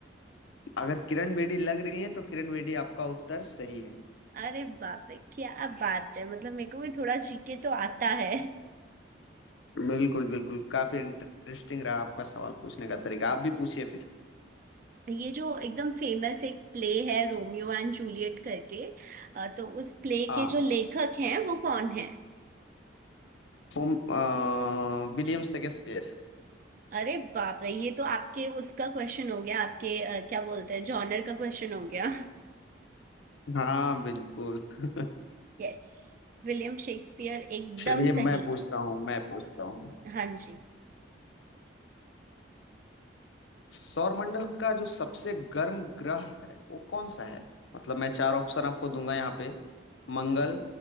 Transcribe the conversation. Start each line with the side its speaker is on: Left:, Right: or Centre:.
Left: अगर किरण बेदी लग रही हैं तो किरण बेदी आपका उत्तर सही है
Right: अरे बाप रे क्या बात है मतलब मेरे को भी थोड़ा जीके तो आता है
Left: बिल्कुल बिल्कुल काफी इंटरेस्टिंग रहा आपका सवाल पूछने का तरीका आप भी पूछिए फिर
Right: ये जो एकदम फेमस एक प्ले है रोमियो एंड जूलियट करके अ, तो उस प्ले
Left: हाँ
Right: के जो लेखक हैं वो कौन है
Left: ओम अ, William Shakespeare
Right: अरे बाप रे ये तो आपके उसका क्वेश्चन हो गया आपके अ, क्या बोलते हैं जॉनर का क्वेश्चन हो गया
Left: हाँ बिल्कुल <laughs>
Right: <laughs> यस विलियम शेक्सपियर एकदम
Left: चलिए
Right: सही
Left: मैं पूछता हूँ मैं पूछता हूँ
Right: हाँ जी
Left: सौरमंडल का जो सबसे गर्म ग्रह है वो कौन सा है मतलब मैं चार ऑप्शन आपको दूंगा यहाँ पे मंगल